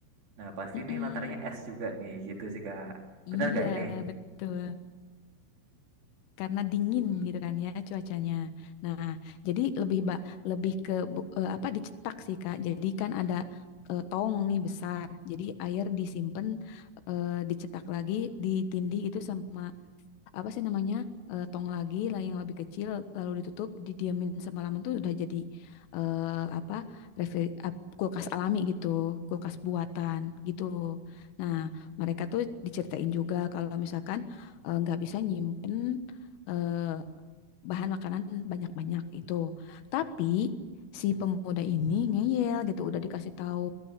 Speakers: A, on the right; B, on the left.
A: nah pasti
B: mhm.
A: ini latarnya es juga nih gitu sih kak
B: Iya,
A: benar nggak ini
B: betul. Karena dingin gitu kan ya cuacanya. Nah, jadi lebih ba lebih ke bu eee, apa, dicetak sih, Kak. Jadi kan ada, eee, tong nih besar. Jadi air disimpan, eee, dicetak lagi, ditindih itu sama apa sih namanya eh, tong lagi lah yang lebih kecil lalu ditutup didiamin semalaman tuh udah jadi eh, apa refri- ap- kulkas alami gitu kulkas buatan gitu nah mereka tuh diceritain juga kalau misalkan eh, nggak bisa nyimpen eh, bahan makanan banyak-banyak itu tapi si pemuda ini ngeyel gitu udah dikasih tahu